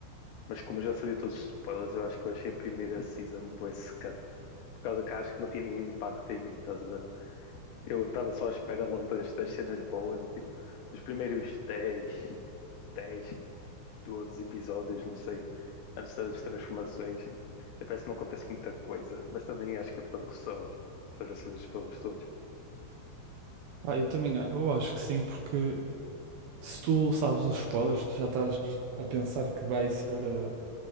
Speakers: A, on the left; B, on the right.
A: Mas como eu já sabia todos os spoilers, eu acho que eu achei a primeira season bué secante. Por causa que acho que não tinha nenhum impacto em mim, estás a ver? Eu estava só à espera logo das, das cenas boas, e, tipo, os primeiros dez tipo, 10, 12 episódios, não sei, antes das transformações. E Parece que não acontece muita coisa, mas também acho que é por causa que só, só já são os spoilers todos.
B: Pá, eu também a- eu acho que sim, porque se tu sabes os spoilers, tu já estás a pensar que vai ser. eh,